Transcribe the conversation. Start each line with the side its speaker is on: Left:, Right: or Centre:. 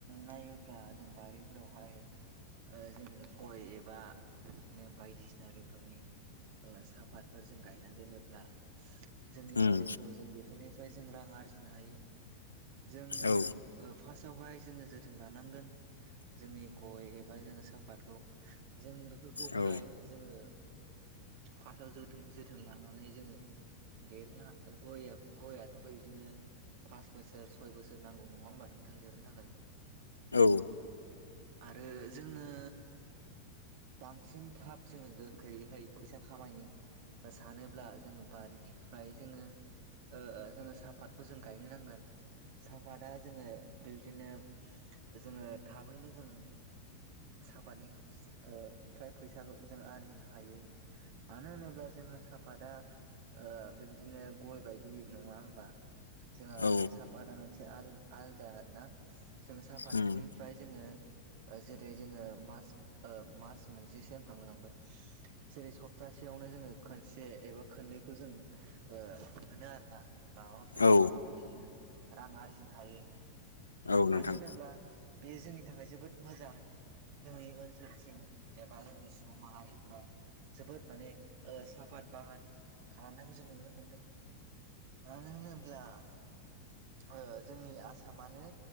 Right: नायोब्ला जों बाहारिफोरावहाय ओ जोङो गय एबा बेबायदिनो बायदिसिना रोखोमनि ओ साहापातफोर जों गायनानै दोनोब्ला जोंनि
Left: उम
Right: बारिफ्राव जों बेफोरनिफ्राय जों रां आरजि बिनो हायो जों
Left: औ
Right: ओ फार्स्टआवहाय जोङो जोथोन लानांगोन जोंनि गय एबा जोङो सापातखौ जों बेफोरखौहाय
Left: औ
Right: जोङो फार्स्टआव जोथोन जोथोन लानानै जोङो देरोना ग गयथ' फै बिदिनो पास बोसोर सय बोसोर नांगौ नङा होमबा नोंथां देरनो थाखाय
Left: औ
Right: आरो जोङो बांसिन थाब जोङो गोखैयैहै फैसा खामायनो नों सानोब्ला जोङो बारिनिफ्राय जोङो ओ ओ जोङो साहापातखौ जों गायनो नांगोन साफाता जोङो बेबायदिनो जोङो थाबैनो जों साफानि ओ फ्राय फैसाखौ जों आरजिनो हायो मानो होनोब्ला जोंहा सा आफादा ओ बेबायदिनो गय बायदि नङा होमबा जोंहा
Left: औ
Right: साफातआ मोनसे आलदा आरोना जोंङ सापातनि
Left: उम
Right: ओमफ्राय जोङो जेरै जोङो मास मास मोनसे सफ्रलांबाय जेरै सप्तासेयावनो जोङो खोनसे एबा खोननैखौ जों ओ मोनो आरोना मा बिलाइ
Left: औ
Right: खानानै जोङो रां आरजिनो हायो
Left: औ नोंथां
Right: मानो होनोब्ला बेयो जोंनि थाखाय जोबोद मोजां जोंनि ओनसोल जोरसिं एबा जोंनि सुबुं माहारिफ जोबोद माने साफात बागान खालामनायखौ जों नुनो मोनदों मानो होनोब्ला ओ जोंनि आसामानो